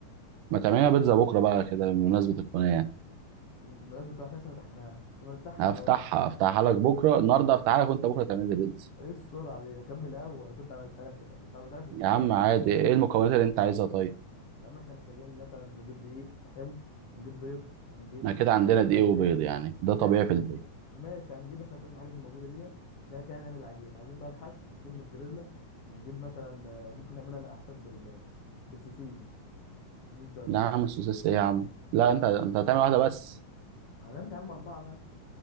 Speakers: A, on the right; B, on the left.
A: ما تعملنا بيتزا بكرة بقى كده بمناسبة القناة يعني.
B: بالمناسبة كمان احنا لسه فتحناها مش ما نفتحها
A: هفتحها
B: الاول
A: هفتحها لك بكره النهارده هفتحها لك وانت بكره تعمل لي بيتزا
B: ايه السرعه دي اكمل اول كنت عملتها لك من... كنت عملتها لك من
A: يا
B: امبارح
A: عم عادي ايه المكونات اللي انت عايزها طيب
B: يا عم احنا محتاجين مثلا نجيب دقيق حلو ونجيب بيض ونجيب
A: احنا كده
B: آه،
A: عندنا دقيق
B: شويه زيت
A: وبيض يعني ده طبيعي
B: ماشي
A: في البيت
B: ماشي هنجيب احنا شويه الحاجات اللي موجوده ديت ده كده هنعمل العجين عايزين بقى الحشو نجيب موتزاريلا ونجيب مثلا آه، ممكن نعملها لا احسن بال بالسوسيس السوسيس بتاع
A: لا
B: تحفه
A: يا عم السوسيس ايه يا عم لا انت انت هتعمل واحده بس
B: هنعمل يا عم اربعه مثلا